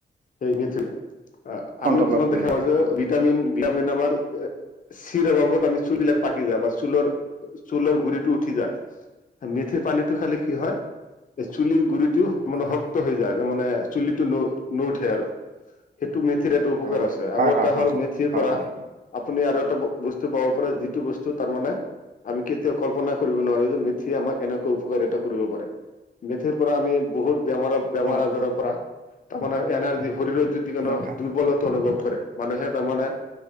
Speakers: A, on the left (about 45°); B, on the right (about 50°).
A: সেই মিথু আহ
B: কণ্ট্ৰলত
A: আমি কিমান
B: লৈ
A: দেখা
B: আহে
A: পা যে
B: হয়
A: ভিটামিন। ভিটামিন আমাৰ চিৰ অবাবত আমি চুলবলাক পাকি যা বা চুলৰ চুলৰ গুৰিটো উঠি যায়। মেথিৰ পানীটো খালে কি হয় যে চুলিৰ গুড়িটোও মানে
B: হয়
A: শক্ত হৈ যায়। তাৰ মানে চুলিটো ন নুঠে আৰু সেই। টো মেথিৰ এটো উপকাৰ
B: হয়
A: আছে আৰু
B: হয়
A: এটা
B: হয়
A: হ'ল মেথিৰ
B: হয়
A: পৰা
B: হয় হয়
A: আপুনি আৰু। বস্তু পাব পাৰে যিটো বস্তু তাৰ মানে। আমি কেতিয়াও কল্পনা কৰিব নোৱাৰো যে মিথিয়ে আমাক এনেকুৱা উপকাৰ এটা কৰিব পাৰে। মিথিৰ পৰা আমি বহুত বেমাৰ বেমাৰ
B: অঁ
A: আজাৰ পৰা তাৰমানে এনাৰ্জি শৰীৰ। যদি কোনো
B: ৰখা
A: দুৰ্বলতা অনুভৱ কৰে মানুহে তাৰমানে